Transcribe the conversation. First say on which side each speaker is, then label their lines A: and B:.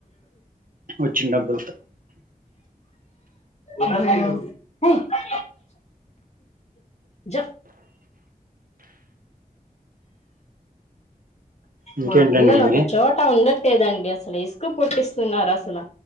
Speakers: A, on the right; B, on the left.
A: వచ్చిన డబ్బుల్తో
B: ఉమ్ ఉమ్ జ
A: ఇంకేంటండి
B: మా పిల్లలు
A: మరి
B: ఒక చోట ఉండట్లేదండ్ అండి అసలు ఇసుక పుట్టిస్తున్నారు అసల